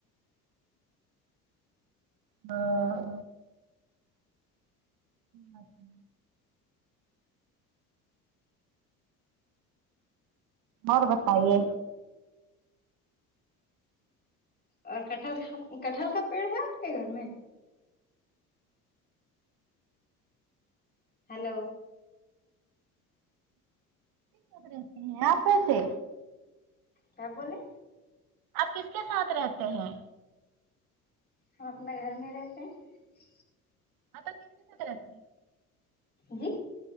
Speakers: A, on the right (about 50°); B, on the left (about 20°).
A: ہاں اچھا اور بتائیے
B: اور کٹہل کٹہل کا پیڑ ہے آپ کے گھر میں ہیلو
A: کس رہتے ہیں آپ کیسے
B: کیا بولے
A: آپ کس کے ساتھ رہتے ہیں
B: ہم اپنا گھر میں رہتے ہیں
A: <inaudible>
B: جی